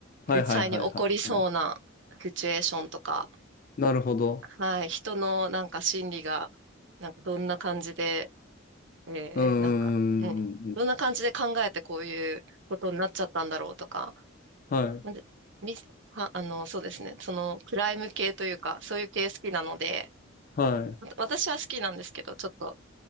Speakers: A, on the left (about 40°); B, on the right (about 55°).
A: はいはいはいはいはい。
B: 実際に起こりそうなシチュエーションとか、
A: なるほど。
B: はい、人のなんか心理が、なんかどんな感じで、えー、
A: うんうんうんうんうん。
B: なんか、うん、どんな感じで考えてこういうことになっちゃったんだろうとか、
A: はい。
B: なんで、み、あ、あの、そうですね。そのクライム系というか、そういう系好きなので、
A: はい。
B: わ私は好きなんですけど、ちょっと